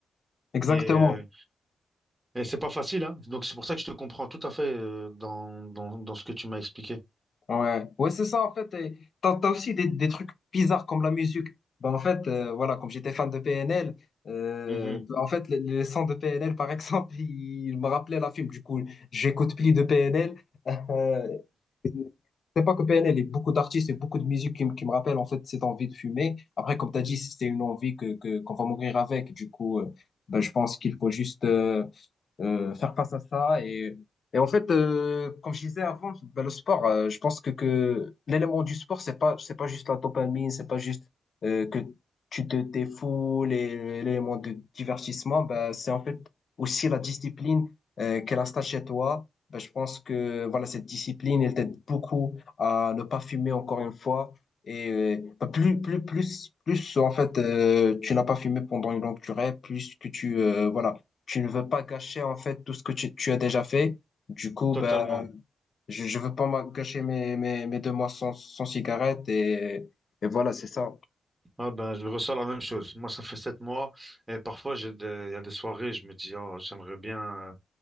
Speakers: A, on the left; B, on the right.
A: Exactement.
B: Et euh, et c'est pas facile, hein. Donc c'est pour ça que je te comprends tout à fait euh, dans, dans, dans ce que tu m'as expliqué.
A: Ouais, ouais, c'est ça en fait. et T'as, t'as aussi des, des trucs bizarres comme la musique. Ben, en fait, euh, voilà, comme j'étais fan de PNL, euh,
B: Mhm,
A: en fait, les, les sons de PNL, par exemple, <laughs> ils me rappelaient la film. Du coup, j'écoute plus de PNL. Euh, <laughs> c'est pas que PNL, a beaucoup d'artistes et beaucoup de musique qui, me- qui me rappellent en fait cette envie de fumer. Après, comme tu as dit, c'est une envie que, que, qu'on va mourir avec. Du coup, euh, ben, je pense qu'il faut juste, euh, euh, faire face à ça. Et, et en fait, euh, comme je disais avant, ben, le sport, euh, je pense que, que l'élément du sport, c'est pas, c'est pas juste la dopamine, c'est pas juste euh, que tu te défoules et l'élément de divertissement, ben, c'est en fait aussi la discipline euh, qu'elle installe chez toi. Ben, je pense que voilà, cette discipline, elle t'aide beaucoup à ne pas fumer encore une fois. Et euh, ben, plus, plus, plus, plus, en fait, euh, tu n'as pas fumé pendant une longue durée, plus que tu, euh, voilà, tu ne veux pas gâcher en fait tout ce que tu, tu as déjà fait. Du coup,
B: totalement.
A: ben, je, je veux pas ma- gâcher mes, mes, mes deux mois sans, sans cigarette et, et voilà, c'est ça.
B: Ah ben, je ressens la même chose. Moi, ça fait sept mois et parfois j'ai des- il y a des soirées, je me dis, oh, j'aimerais bien euh,